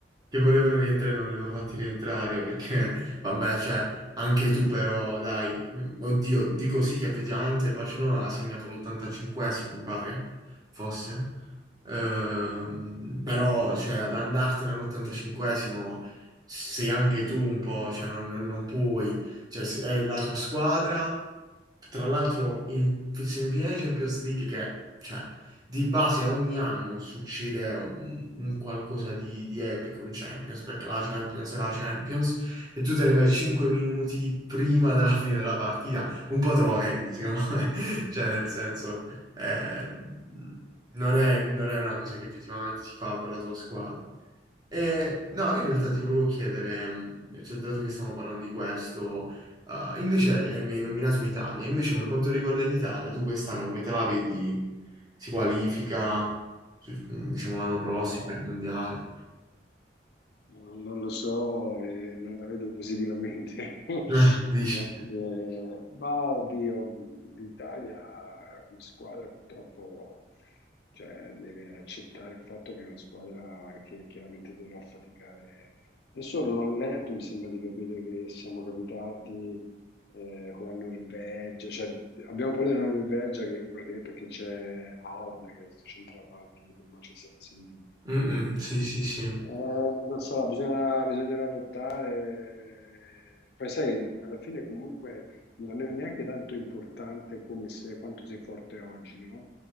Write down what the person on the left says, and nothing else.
No.
Non non lo so, e non la vedo positivamente. <laughs>
Diciamo che, ma oddio, l'Italia come squadra purtroppo cioè, deve accettare il fatto che è una squadra che chiaramente dovrà faticare. Adesso non ho letto, mi sembra di capire che siamo capitati eh, con la Norvegia, cioè, abbiamo paura della Norvegia che- perché c'è Haaland che è questo centravanti del Manchester City.
Eh, non sarà, bisognerà, bisognerà lottare. Poi sai, alla fine comunque non è neanche tanto importante come se, quanto sei forte oggi, no?